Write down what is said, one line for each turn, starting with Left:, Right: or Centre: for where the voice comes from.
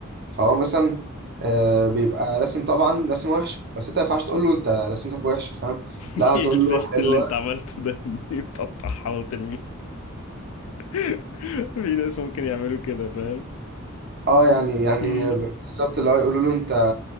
Right: فهو مثلا آه بيبقى رسم طبعا رسم وحش بس انت ما ينفعش تقول له انت رسمتك وحشه فاهم
Left: <laughs>
Right: لا
Left: ايه
Right: هتقول
Left: الزفت
Right: له حلوه
Left: اللي انت عملته ده <laughs> بتقطعها وترميها <laughs> في ناس ممكن يعملوا كده فاهم
Right: اه يعني يعني
Left: امم
Right: بالظبط اللي هو يقولوا له انت